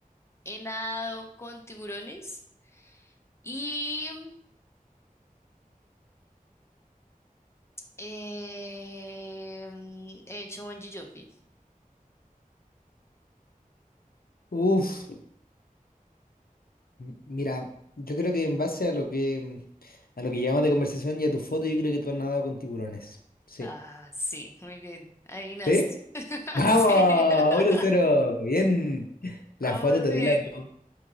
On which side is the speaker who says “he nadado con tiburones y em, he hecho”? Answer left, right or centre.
Left